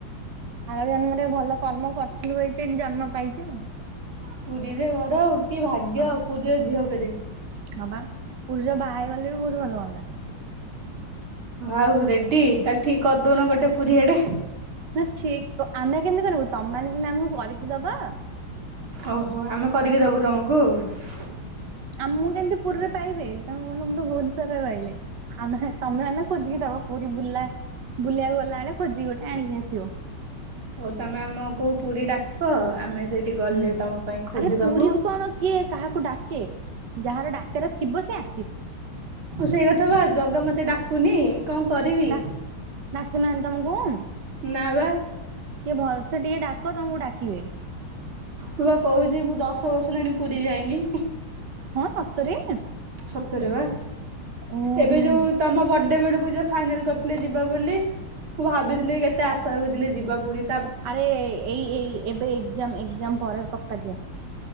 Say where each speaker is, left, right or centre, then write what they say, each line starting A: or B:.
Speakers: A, on the right; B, on the right.
A: ଜନ୍ମରେ ଭଲ କର୍ମ କରିଥିଲୁ ଏଇତ ଏଠି ଜନ୍ମ ପାଇଛୁ
B: ପୁରୀରେ ଘରଉ କି ଭାଗ୍ୟ
A: ଆଉ।
B: ପୂଜଅ ଝିଅ ବରେ
A: ହଁ ବା ପୁରୁଜ ବାହା ହେଇଗଲେ ବି ବହୁତ ଭଲ ହୁଅନ୍ତା
B: ଆଉ ରେଡି ତାହଲେ ଠିକ କରିଦଉନ ଗୋଟେ ପୁରୀଆଡେ
A: ହଁ ଠିକ ଆମେ କେମିତି କରିବୁ ତମେ ସନାମକୁ କରିକି ଦବା
B: ଓହୋ ଆମେ କରିକି ଦବୁ ତମକୁ ଗୁ
A: ଆମ ମୁଁ କେମିତି ପୁରୀରେ ପାଇବେି ତମେ କଣ ମୁଁ ତ ଭୁବନେଶଵରରେ ରହିଲି ଆମେ ତମେ ଏ ଖ ଦେବ ପ ବୁଲା ବୁଲିବାକୁ ଗଲାବେେଳେ ଖୋଜି ଗୋଟେ ଆଣିକି ଆସିବ
B: ହଉ ତମେ ଆମ ଖୁ ପୁରୀ ଡାକ ଆମେ ସେଇଠି ଗଲେ
A: ହୁଁ।
B: ତମ ପାଇଁ ଖୋଜିଦବୁ
A: ଆରେ ପୁରୀକୁ କଣ କିଏ କାହାକୁ ଡାକେ ଯାହାର ଡାକର ଥିବ ସେଆ
B: ସେଇ କଥା ବା ଜଗ ମତେ ଡା କୁନି କଣ କରିବି
A: ଦ ନାକୁ ନାହାନ୍ତି ତମକୁଣ
B: ନୱ
A: ଟିକେ ଭଲସେ ଟିକେ ଡାକ ତମକୁ ଡାକିବେ
B: ହ ବା କହୁଛି ମୁଁ ଦଶ ବର୍ଷ ହେଲାଣି ପୁରୀ ଯାଇନି
A: ହଁ ସତରେ
B: ସତରବେ
A: ଓହୋ
B: ଏବେ
A: ହଁ।
B: ଯୋଉ ତମ ବର୍ଥଡେ ବେଳକୁ ଯ ଫାଇନାଲ୍ କରିଥିଲେ ଯିବା ବୋଲି ହୁ ହାବିଲଲି କେତ ଏତେ ଆଶାର କରିଦିଲେ ଯିବା ପୁର
A: ଆରେ ଏଇ ଏଇ ଏବେ ଏକ୍ଜାମ ଏକ୍ଜାମ ପରେର ପକ୍କା ଯେ